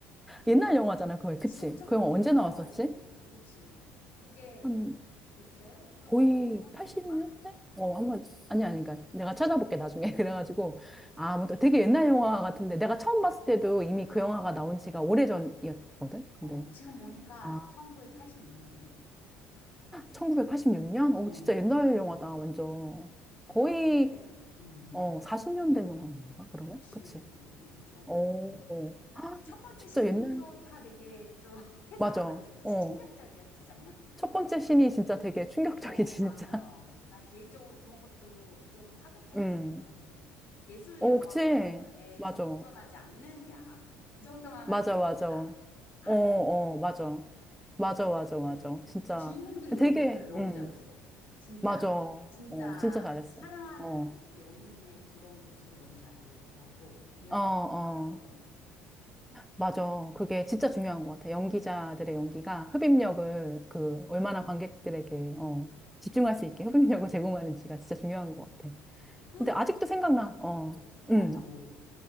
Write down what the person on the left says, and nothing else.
맞아.
그치,
엄청
영,
옛날
영화지. 그치. 그게,
글쎄, 한번
확인해볼까?
어, 지금 보니까
1986년이래.
어.
아, 그리고, 음,
그치.
엄청
오래됐지.
그 첫
번째
씬이
또다 되게 또 <laughs> 회자가
많이 됐지.
충격적이었지, 정말.
어, 맞아.
난 개인적으로 그런 것도 좀 파격적이라
좋았는데. 예술
영화에서
벗어나지 않는 야함. 그 정도만은
괜찮다.
아주
좋다.
어.
그 주인공들이 연기를
너무
잘했어. 진짜,
진짜
사랑하는
그 연인의 그런 모습을 너무 잘 보여줘서 더 이야기가
푹 빠져들었던 것 같아.
맞아. 그리고
혹시,
음,
뭐, 생각나,
뭐.